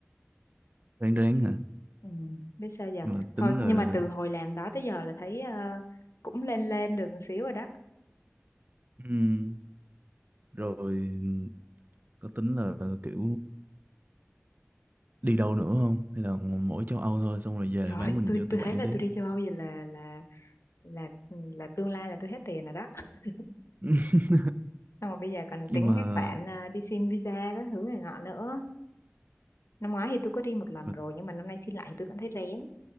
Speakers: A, on the right; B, on the left.
A: Ráng ráng hả?
B: Ừ, biết sao giờ
A: Rồi
B: thôi
A: tính
B: nhưng
A: là...
B: mà từ hồi làm đó tới giờ là thấy ờ, cũng lên lên được một xíu rồi đó
A: ừm, Rồi có tính là kiểu đi đâu nữa không? Hay là mỗi châu Âu thôi xong rồi về
B: trời
A: bán
B: ơi,
A: mình
B: tôi
A: cho tụi
B: tôi
A: bạn
B: thấy là
A: tiếp.
B: tôi đi châu Âu vậy là là là ừ, là tương lai là tôi hết tiền rồi đó <laughs>
A: <laughs>
B: xong rồi bây giờ còn tính
A: Nhưng mà...
B: cái khoản ờ, đi xin visa các thứ này nọ nữa năm ngoái thì tôi có đi một lần
A: mà
B: rồi nhưng mà năm nay xin lại thì tôi vẫn thấy rén